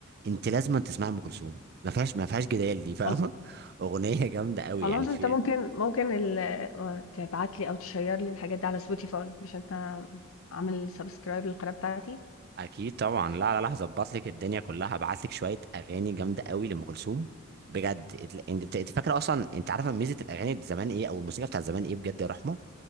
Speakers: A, on the right; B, on the left.
A: انت لازم تسمع ام كلثوم ما فيهاش ما فيهاش جدال دي فاهمه
B: خل
A: <laughs> اغنيه جامده قوي
B: خلاص
A: يعني في
B: أنت ممكن ممكن ال آه، تبعت لي أو تشيّر لي الحاجات دي على spotify مش أنت عامل subscribe للقناة بتاعتي؟
A: اكيد طبعا لا لا لا هظبط لك الدنيا كلها هبعت لك شويه اغاني جامده قوي لام كلثوم بجد اتل- انت انت فاكره اصلا انت عارفه ميزه الاغاني بتاع زمان ايه او الموسيقى بتاعت زمان ايه بجد يا رحمه